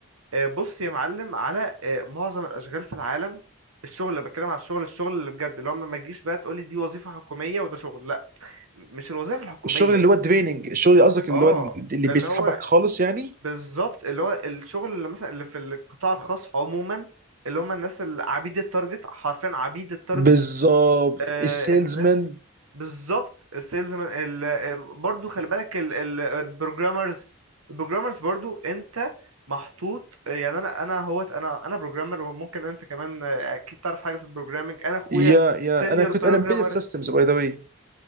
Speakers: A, on the right (about 80°); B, on the right (about 40°).
A: آه، بص يا معلم على آه، معظم الاشغال في العالم الشغل اللي بتكلم على الشغل الشغل اللي بجد اللي هو ما تجيش بقى تقولي دي وظيفة حكومية وده شغل لا م- مش الوظائف الحكومية
B: الشغل اللي هو الدريننج الشغل اللي قصدك اللي
A: اه
B: هو اللي
A: اللي
B: بيسحبك
A: هو
B: خالص يعني
A: بالظبط اللي هو الشغل اللي مثلا اللي في القطاع الخاص عموما اللي هم الناس اللي عبيد التارجت حرفيا عبيد التارجت
B: بالظبط
A: آه،
B: السيلزمان
A: الناس بالظبط السيلز ال... آه، برضو خلي بالك ال... ال... البروجرامرز البروجرامرز برضو انت محطوط آه، يعني انا انا هوت انا انا بروجرامر وممكن انت كمان آه، اكيد تعرف حاجه في البروجرامنج انا اخويا
B: يا يا
A: سينيور
B: انا كنت
A: بروجرامر
B: انا امبيدد سيستمز باي ذا واي